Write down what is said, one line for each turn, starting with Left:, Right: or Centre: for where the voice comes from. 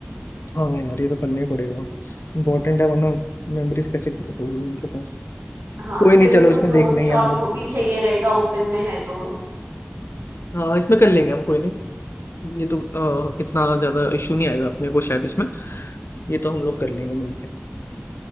Left: हाँ यार ये तो करना ही पड़ेगा इम्पोर्टेंट है वरना मेमोरीज कैसे होगी उनके पास
Right: हाँ
Left: कोई नहीं
Right: फिर
Left: चलो
Right: उनको
Left: इसमें
Right: ड्रोन
Left: देख लेंगे
Right: शॉट
Left: हम लोग
Right: वो भी चाहिए रहेगा ओपन में है तो
Left: हाँ इसमें कर लेंगे हम कोई नहीं ये तो अ, इतना ज्यादा इश्यू नहीं आएगा अपने को शायद इसमें ये तो हम लोग कर लेंगे मिलके